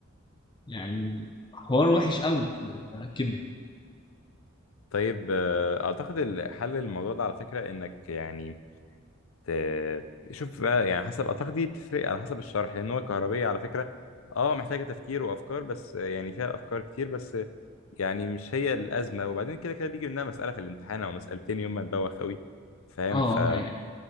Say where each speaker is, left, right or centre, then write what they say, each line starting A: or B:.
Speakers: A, on the left; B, on the left.
A: يعني حوار وحش قوي بتاع الكيمياء
B: طيب آه، اعتقد ال- حل الموضوع ده على فكره انك يعني ت- شوف بقى يعني حسب اعتقد دي بتفرق على حسب الشرح لان هو الكهربيه على فكره اه محتاجه تفكير وافكار بس آه، يعني فيها افكار كتير بس آه، يعني مش هي الازمه وبعدين كده كده بيجي منها مساله في الامتحان او مسالتين يوم ما تبوخ قوي فاهم
A: اه
B: ف...
A: هي,